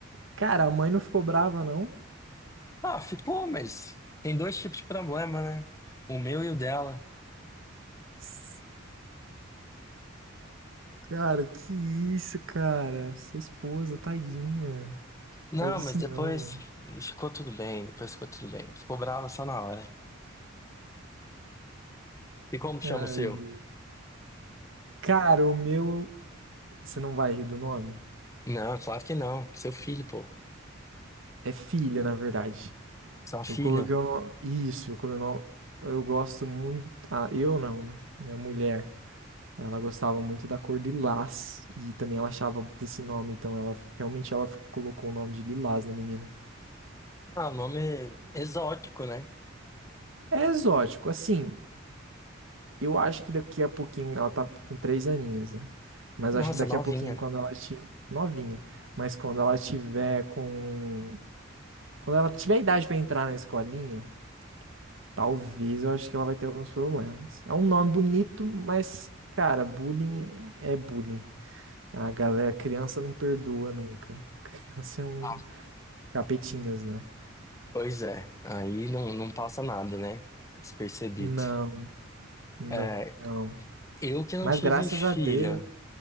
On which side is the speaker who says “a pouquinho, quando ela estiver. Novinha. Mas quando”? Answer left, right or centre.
Right